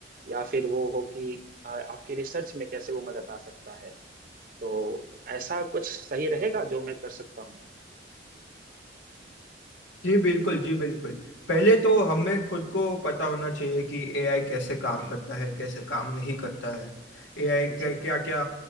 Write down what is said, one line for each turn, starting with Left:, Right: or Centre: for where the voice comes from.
Right: या फिर वो हो कि आ, आपके रिसर्च में कैसे वो मदद आ सकता है तो ऐसा कुछ सही रहेगा जो मैं कर सकता हूँ
Left: जी बिल्कुल जी बिल्कुल पहले तो हमें खुद को पता होना चाहिए कि एआई कैसे काम करता है कैसे काम नहीं करता है एआई के
Right: जी
Left: क्या क्या